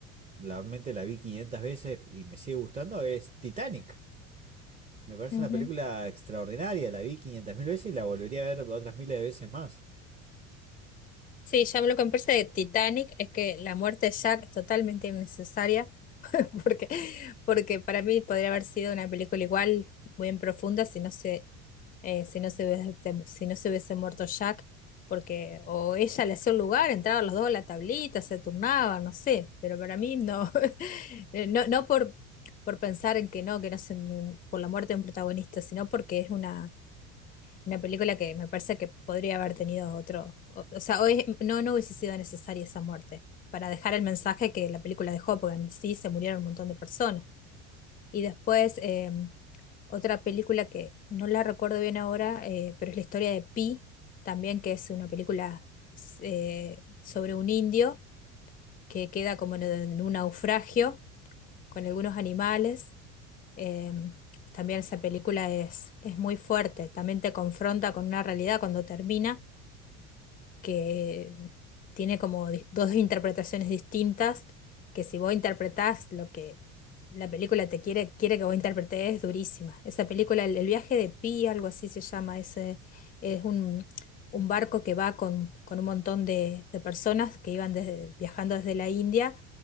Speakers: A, on the right; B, on the left.
A: realmente la vi 500 veces y me sigue gustando, es Titanic. Me parece
B: sí.
A: una película extraordinaria, la vi 500 mil veces y la volvería a ver otras miles de veces más.
B: Sí, ya lo que me parece de Titanic es que la muerte de Jack es totalmente innecesaria, <laughs> porque, porque para mí podría haber sido una película igual, muy en profunda, si no se, eh, si no se hubiese, si no se hubiese muerto Jack, porque o ella le hacía un lugar, entraban los dos a la tablita, se turnaban, no sé, pero para mí no, <laughs> Eh, no, no por, por pensar en que no, que no se, por la muerte de un protagonista, sino porque es una una película que me parece que podría haber tenido otro, o, o sea, hoy no, no hubiese sido necesaria esa muerte para dejar el mensaje que la película dejó, porque en sí se murieron un montón de personas. Y después, eh, otra película que no la recuerdo bien ahora, eh, pero es la historia de Pi, también que es una película eh, sobre un indio que queda como en, en un naufragio con algunos animales. Eh, también esa película es, es muy fuerte, también te confronta con una realidad cuando termina que tiene como di- dos interpretaciones distintas, que si vos interpretás lo que la película te quiere, quiere que vos interpretes, es durísima. Esa película, El, el viaje de Pi, algo así se llama, ese, es un, un barco que va con, con un montón de, de personas que iban desde, viajando desde la India,